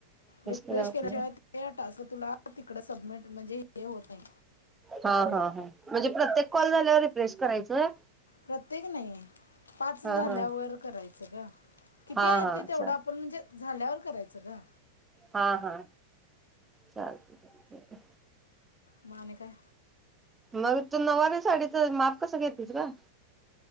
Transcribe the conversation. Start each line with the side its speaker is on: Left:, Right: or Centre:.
Left: रिफ्रेश
Right: केला होत
Left: केल्याशिवाय ते टास्क तुला तिकड सबमिट म्हणजे हे होत नाही
Right: हा हा हा म्हणजे प्रत्येक कॉल झाल्यावर रिफ्रेश करायचंय होय
Left: प्रत्येक नाही पाच
Right: हा
Left: झाल्यावर
Right: हा
Left: करायचं का किती
Right: हा
Left: आहेत
Right: हा
Left: ते तेवढ
Right: चाल
Left: आपण म्हणजे झाल्यावर करायचं ग
Right: हा हा चालतय की
Left: मग आणि काय
Right: मग तू नऊवारी साडीच माप कस घेतेस ग